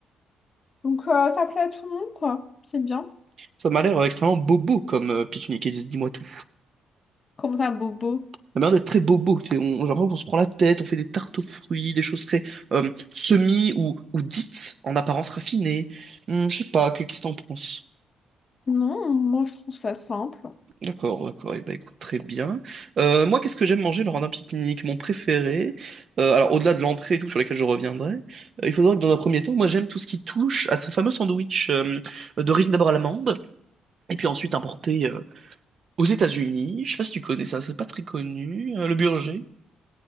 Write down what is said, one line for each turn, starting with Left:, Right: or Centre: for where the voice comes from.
Left: Donc, euh, ça plaît à tout le monde, quoi. C'est bien.
Right: Ça m'a l'air euh, extrêmement bobo comme euh, pique-nique, et dis-moi tout.
Left: Comme ça, bobo.
Right: Ça m'a l'air d'être très bobo. tu sais, on, j'ai l'impression qu'on se prend la tête, on fait des tartes aux fruits, des choses très euh, semi ou, ou dites en apparence raffinées. Hum, je sais pas, que- qu'est-ce que t'en penses?
Left: Non, moi, je trouve ça simple.
Right: D'accord, d'accord, et ben écoute, très bien. Euh, moi, qu'est-ce que j'aime manger lors d'un pique-nique? Mon préféré, euh, alors au-delà de l'entrée et tout, sur lesquelles je reviendrai, euh, il faut savoir que dans un premier temps, moi j'aime tout ce qui touche à ce fameux sandwich euh, d'origine d'abord à l'amande, et puis ensuite importé euh, aux États-Unis. Je sais pas si tu connais ça, c'est pas très connu, euh, le burger.